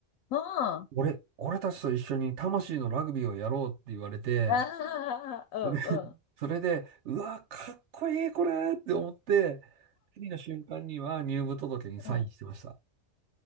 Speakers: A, on the left; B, on the right.
A: あ
B: 俺、俺たちと一緒に魂のラグビーをやろうって言われて、
A: あ。ああ。
B: それ、それで、うわ、かっこいいこれって思って、次の瞬間には入部届にサインしてました。
A: うんうん。うん。